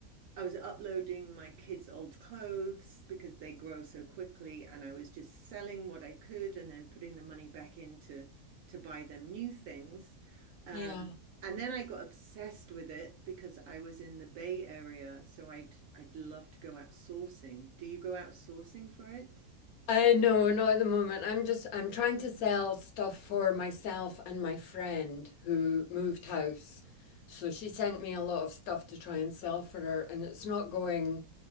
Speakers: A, on the right (about 65°); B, on the left (about 70°).
A: I was uploading my kids' old clothes because they grow so quickly, and I was just selling what I could and then putting the money back in to to buy them new things. Um,
B: Yeah.
A: and then I got obsessed with it because I was in the Bay Area, so I'd I'd love to go out sourcing. Do you go out sourcing for it?
B: I know, not at the moment. I'm just I'm trying to sell stuff for myself and my friend who moved house. So she sent me a lot of stuff to try and sell for her, and it's not going